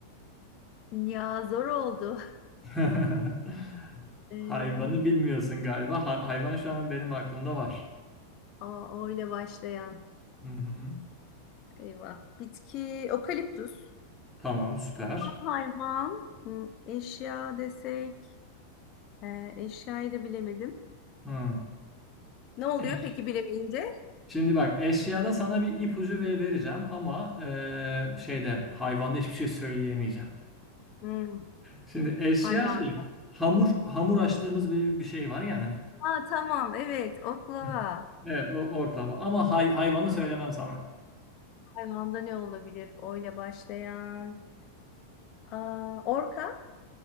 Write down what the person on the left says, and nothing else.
Ya zor oldu.
<laughs>
Eee
A, O ile başlayan.
Eyvah. Bitki, okaliptüs.
Hayvan, hmm, eşya desek. eee, eşyayı da bilemedim.
Ne oluyor
peki bilemeyince?
Hmm,
hayvan.
Aa, tamam evet oklava.
Hayvanda ne olabilir? O ile başlayan. Aa, orka.